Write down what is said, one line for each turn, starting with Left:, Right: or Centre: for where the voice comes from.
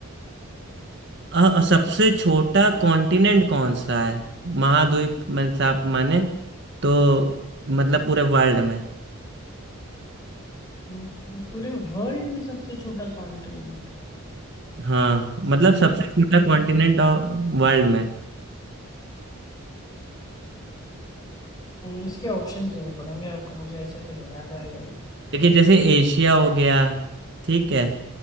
Right: अ- सबसे छोटा कॉन्टिनेंट कौन सा है महाद्वीप में से आप माने तो मतलब पूरे वर्ल्ड में
Left: हम्म, पूरे वर्ल्ड में सबसे छोटा कॉन्टिनेंट
Right: हाँ मतलब सबसे छोटा कॉन्टिनेंट वर्ल्ड में
Left: इसके ऑप्शंस देने पड़ेंगे आपको मुझे ऐसे तो नहीं याद आएगा
Right: देखिए जैसे एशिया हो गया ठीक है